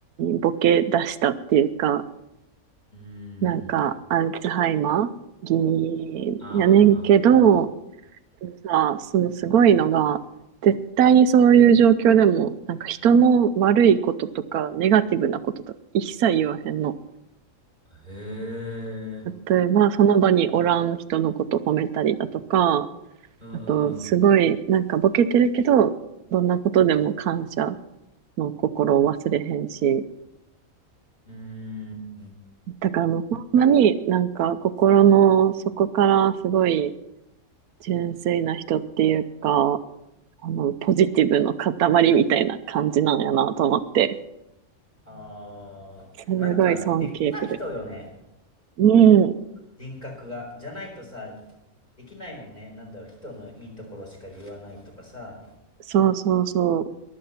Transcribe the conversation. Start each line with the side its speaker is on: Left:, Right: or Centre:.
Right: ボケ出したっていうか、
Left: うん。うん
Right: なんか、アルツハイマー気味やねんけど、
Left: あー、
Right: でもさ、そのすごいのが、絶対にそういう状況でも、なんか人の悪いこととか、ネガティブなこととか、一切言わへんの。
Left: うん。へー。
Right: 例えば、その場におらん人のこと褒めたりだとか、
Left: うんうん
Right: あと、すごい、なんかボケてるけど、どんなことでも感謝の心を忘れへんし、
Left: うん。うーん。
Right: だからもうほんまになんか心の底からすごい、純粋な人っていうか、あの、ポジティブの塊みたいな感じなんやなと思って、
Left: ああ、
Right: すごい尊敬する。
Left: なんかできた人よね、
Right: うん、
Left: 人格が。じゃないとさ、できないもんね。なんだろう、人のいいところしか言わないとかさ。
Right: そうそうそう。